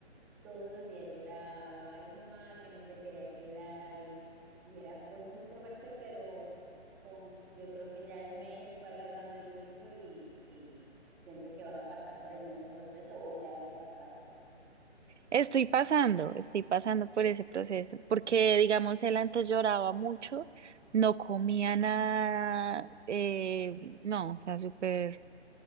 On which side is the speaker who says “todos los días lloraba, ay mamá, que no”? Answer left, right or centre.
Centre